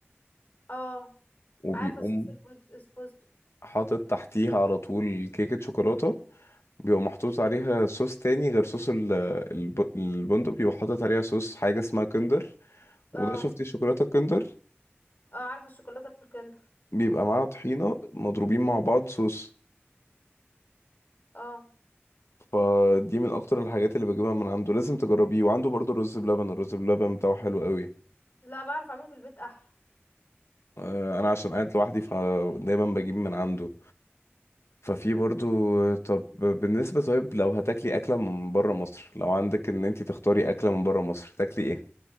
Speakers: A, on the left; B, on the left.
A: اه
B: وبيقوم
A: عارفه الصوص الفوز الفستق.
B: حاطط تحتيها على طول كيكه شوكولاته بيبقى محطوط عليها صوص تاني غير صوص ال- الب... البندق بيبقى حاطط عليها صوص حاجه اسمها كندر
A: اه
B: وده شفتي شوكولاته كندر
A: اه عارفه الشوكولاته الكندر
B: بيبقى معاها طحينة مضروبين مع بعض صوص
A: اه
B: فدي من اكتر الحاجات اللي بجيبها من عنده لازم تجربيه وعنده برضو الرز بلبن الرز بلبن بتاعه حلو قوي
A: لا بعرف اعمله في البيت احلى
B: آه، انا عشان قاعد لوحدي فدايما بجيب من عنده ففي برضو طب بالنسبة طيب لو هتاكلي أكلة من برا مصر لو عندك إن أنتي تختاري أكلة من برا مصر تاكلي إيه؟